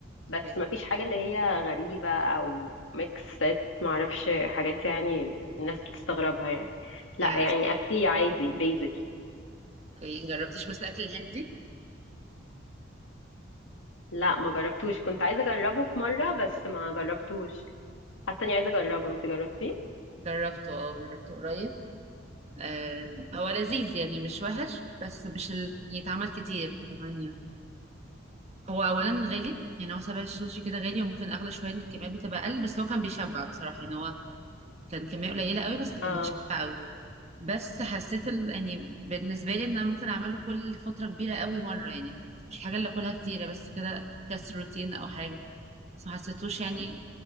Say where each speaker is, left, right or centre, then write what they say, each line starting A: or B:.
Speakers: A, on the left; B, on the right.
A: بس
B: اوكي
A: مفيش حاجة اللي هي غريبة أو ميكسات معرفش حاجات يعني الناس بتستغربها يعني لا
B: يعني
A: يعني أكلي عادي بيزك
B: اوكي جربتيش مثلا الاكل الهندي
A: لا ما جربتوش كنت عايزة أجربه في مرة بس ما جربتوش حاسة إني عايزة أجربه أنت جربتيه؟
B: جربته اه جربته قريب آه هو لذيذ يعني مش وحش بس مش ال... يتعمل كتير كمان يعني هو اولا غالي يعني هو سبع السوشي كده غالي وممكن اغلى شويه ان الكميات بتبقى اقل بس هو كان بيشبع بصراحه يعني هو كان كميه قليله قوي بس كانت
A: اه
B: بتشبع بس حسيت ال... يعني بالنسبه لي ان انا ممكن اعمله كل فتره كبيره قوي مره يعني مش حاجه اللي اكلها كتيره بس كده كسر روتين او حاجه بس ما حسيتوش يعني